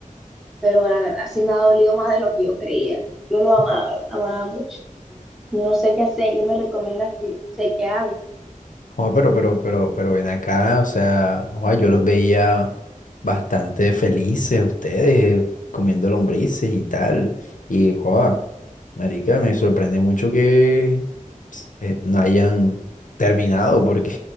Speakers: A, in the centre; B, on the left.
A: pero la verdad sí me ha dolido más de lo que yo creía. Yo lo amaba, lo amaba mucho. Yo no sé qué hacer, ¿qué me recomiendas que sé qué hago?
B: Joa, pero, pero, pero, pero ven acá, o sea, joa, yo los veía bastante felices ustedes, comiendo lombrices y tal. Y, joa, marica, me sorprende mucho que eh, no hayan terminado, porque